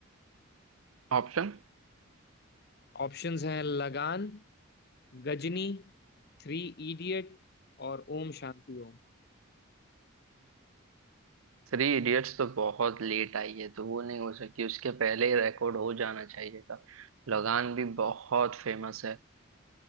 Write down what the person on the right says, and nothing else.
ऑप्शन
थ्री इडियट्स तो बहुत लेट आई है तो वो नहीं हो सकती उसके पहले ही रिकॉर्ड हो जाना चाहिए था लगान भी बहुत फेमस है